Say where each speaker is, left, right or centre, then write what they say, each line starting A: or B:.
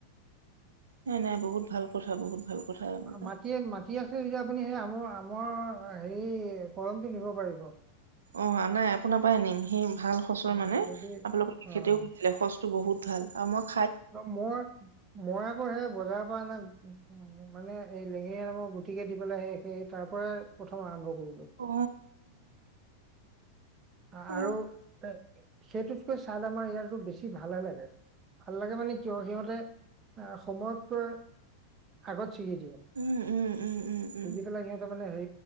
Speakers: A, on the right (about 65°); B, on the right (about 25°).
A: নাই, নাই বহুত ভাল কথা বহুত ভাল কথা এইবিলাক
B: মাটি, মাটি আছিল যে আপুনি সেই আমৰ, আমৰ হেৰি কদমটো নিব পাৰিব।
A: অ', নাই আপোনাৰ পৰাই আনিম সি ভাল হচৰ
B: উম,
A: মানে আপোনালোকৰ
B: যদি অ
A: খেতিও <unintelligible> টো বহুত ভাল, আমৰ
B: অ', মই মই আ অ', সেই বজাৰৰ পৰা অনা মানে এই লেঙেৰি আমৰ গুটিকে দি পেলাই সেই সেই তাৰ পৰাই প্ৰথম আৰম্ভ। কৰিলো।
A: অ
B: আৰু
A: অ
B: এ সেইটোতকৈ ছাদ আমাৰ ইয়াতো বেছি ভালে লাগে, ভাল লাগে মানে কিয় সিহঁতে সময়তকৈ আগত ছিগি দিলে,
A: উম উম উম উম উম
B: ছিগি পেলাই সিহঁতে মানে হে